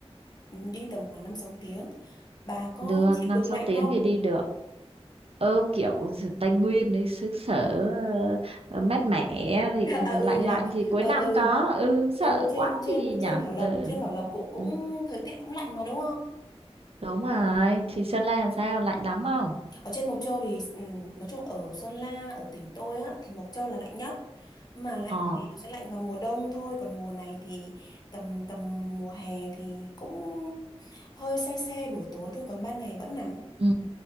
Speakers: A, on the left; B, on the right.
A: đi tầm khoảng năm sáu tiếng. Bà có
B: được
A: chịu
B: năm
A: được
B: sáu
A: lạnh
B: tiếng
A: không?
B: thì đi được ừ, kiểu sự Tây Nguyên đấy xứ sở ờ, mát mẻ thì
A: <laughs>
B: lạnh
A: À, ừ nhờ.
B: lạnh thì cuối
A: Ừ,
B: năm
A: ừ.
B: có ừ, sợ
A: Ừ, trên
B: quá
A: trên
B: gì nhỉ
A: trên Bảo Lộc,
B: ừ.
A: trên Bảo Lộc cũng cũng
B: ừ,
A: thời tiết cũng lạnh mà đúng không?
B: đúng rồi thì Sơn La làm sao lạnh lắm không
A: Ở trên Mộc Châu thì ừ, nói chung ở Sơn La, ở tỉnh tôi á thì Mộc Châu là lạnh nhất. Mà lạnh
B: ờ
A: thì nó sẽ lạnh vào mùa đông thôi, còn mùa này thì tầm tầm mùa hè thì cũng hơi se se buổi tối thôi còn ban ngày vẫn nắng.
B: ừ.